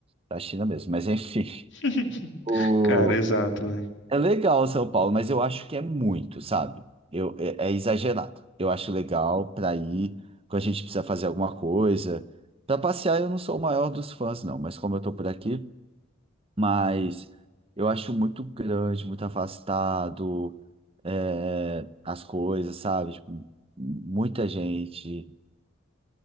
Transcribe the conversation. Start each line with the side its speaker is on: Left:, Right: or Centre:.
Right: da China mesmo, mas enfim.
Left: <laughs>
Right: <laughs> O...
Left: Cara, exato, né?
Right: É legal São Paulo, mas eu acho que é muito, sabe? Eu, é, é exagerado. Eu acho legal para ir quando a gente precisa fazer alguma coisa. Para passear, eu não sou o maior dos fãs, não, mas como eu tô por aqui, mas eu acho muito grande, muito afastado, é, as coisas, sabe? Tipo, muita gente,